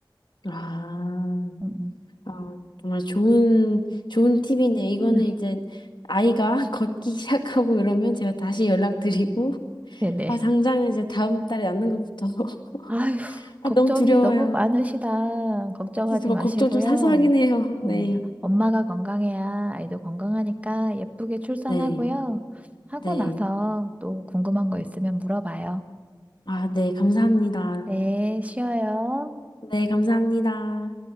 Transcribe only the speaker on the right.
음, 음.
<laughs>
네네.
아휴,
걱정이
너무 많으시다. 걱정하지
마시고요.
네,
엄마가 건강해야 아이도 건강하니까 예쁘게 출산하고요.
하고
나서 또 궁금한 거 있으면 물어봐요.
네, 쉬어요.